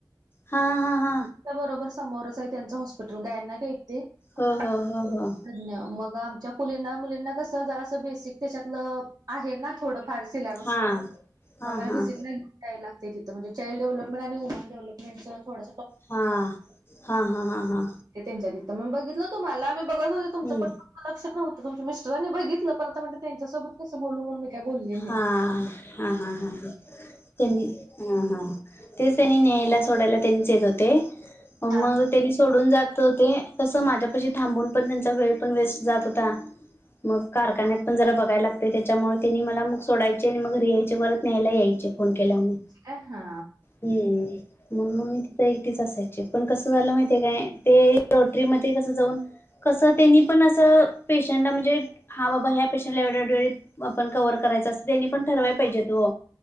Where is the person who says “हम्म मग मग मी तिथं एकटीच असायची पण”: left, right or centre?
Left